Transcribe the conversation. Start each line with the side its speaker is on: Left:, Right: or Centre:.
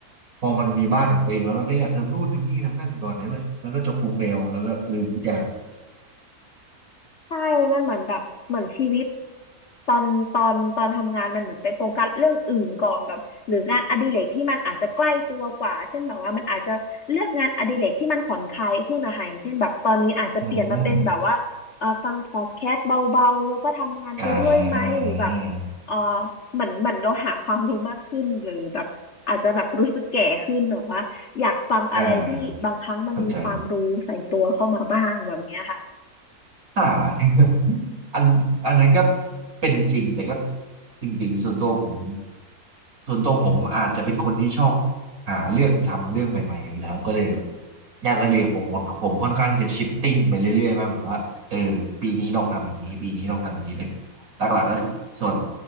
Right: พอมันมีบ้านของตัวเองแล้วเราก็อยากทำนู่นทำนี่ทำนั่นก่อนได้ไหมแล้วก็จกพุงแมวแล้วก็ลืมทุกอย่าง
Left: ใช่ มันเหมือนแบบเหมือนชีวิตตอนตอนตอนทำงานมันเหมือนไปโฟกัสเรื่องอื่นก่อนแบบหรืองานอดิเรกที่มันอาจจะใกล้ตัวกว่าเช่นแบบว่ามันอาจจะเลือกงานอดิเรกที่มันผ่อนคลายขึ้นนะคะอย่างเช่นแบบตอนนี้อาจจะเปลี่ยนมาเป็นแบบว่าเออฟังพอดแคสต์เบาๆแล้วก็ทำงานไปด้วยไหมหรือแบบ
Right: อืมอ่า
Left: เออเหมือนเหมือนเราหาความรู้มากขึ้นหรือแบบอาจจะแบบรู้สึกแก่ขึ้นแบบว่าอยากฟังอะไรที่บางครั้งมันมีความรู้ใส่ตัวเข้ามาบ้างแบบเนี้ยค่ะ
Right: อ่าอ่าเข้าใจอ่า <laughs> อันอันนั้นก็เป็นจริงแต่ก็จริงๆส่วนตัวผมส่วนตัวผมอาจจะเป็นคนที่ชอบหาเรื่องทำเรื่องใหม่ๆอยู่แล้วก็เลยแบบงานอดิเรกผมผมค่อนข้างจะชิปติ้งไปเรื่อยๆมากกว่าว่าเออปีนี้ลองทำอย่างนี้ปีนี้ลองทำอย่างนี้แต่หลักๆก็คือส่วน